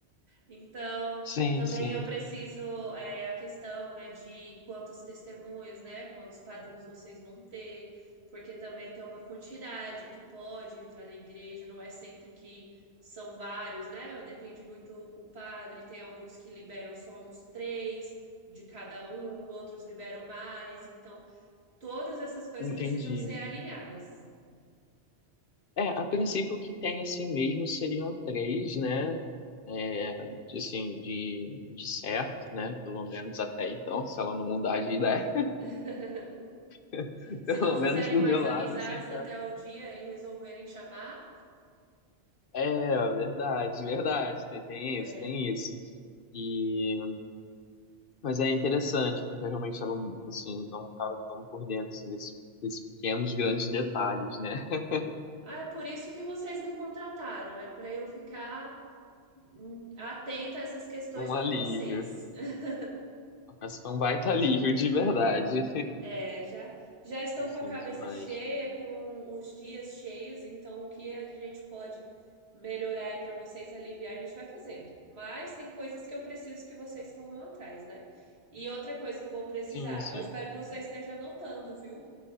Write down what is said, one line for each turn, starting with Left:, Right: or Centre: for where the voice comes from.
Right: Então,
Left: sim,
Right: também
Left: sim.
Right: eu preciso é, a questão, né, de quantas testemunhas, né, quantos padrinhos vocês vão ter, porque também tem uma quantidade que pode entrar na igreja, não é sempre que são vários, né? Depende muito o padre, tem alguns que liberam só uns três de cada um, outros liberam mais, então todas essas coisas
Left: Entendi.
Right: precisam ser alinhadas.
Left: É, a princípio o que tem assim mesmo seriam três, né? É, assim, de, de certo, né? Pelo menos até então, se ela não mudar de ideia,
Right: <laughs>
Left: <laughs>
Right: Se
Left: pelo
Right: não fizerem
Left: menos pro
Right: mais
Left: meu lado,
Right: amizades
Left: assim, tá.
Right: até o dia e resolverem chamar,
Left: É, verdade, verdade, tem, tem
Right: é,
Left: isso, tem isso. E, mas é interessante, porque eu realmente estava, assim, não estava tão por dentro, assim, desse- desses pequenos, grandes detalhes, né? <laughs>
Right: Ah, é por isso que vocês me contrataram, é para eu ficar hum, atenta a essas questões
Left: Um
Right: por
Left: alívio.
Right: vocês. <laughs>
Left: Mas foi um baita alívio, de verdade.
Right: É, já, já estão
Left: Assim,
Right: com a cabeça
Left: demais.
Right: cheia, com os dias cheios, então o que a gente pode melhorar aí para vocês aliviar, a gente vai fazendo. Mas tem coisas que eu preciso que vocês corram atrás, né? E outra coisa que eu vou precisar,
Left: Sim, sim.
Right: eu espero que você esteja anotando, viu?